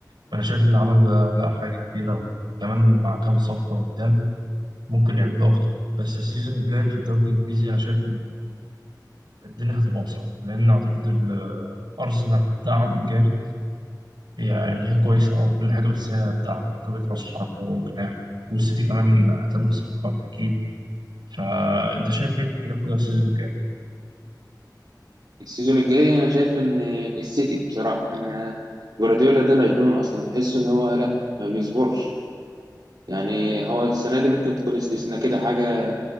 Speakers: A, on the right; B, on the right.
A: فأنا شايف اللي عمل ده لا حاجة كبيرة وكمان مع كام صفقة قدام ممكن يعملوا اكتر بس السيزون الجاي في الدوري الانجليزي انا شايف ان الدنيا هتبقى اصعب لان اعتقد ال- ارسنال هتدعم جامد يعني هي كويسه اه وكل حاجه بس هي هتدعم لو جابت راس حربه وجناح والسيتي كمان هتعمل صفقات اكيد فانت شايف مين ممكن ياخدها السيزون الجاي
B: السيزون الجاي انا شايف ان السيتي بصراحه انا جوارديولا ده مجنون اصلا بحس ان هو لا ما بيصبرش يعني هو السنة دي ممكن تكون استثناء كده حاجة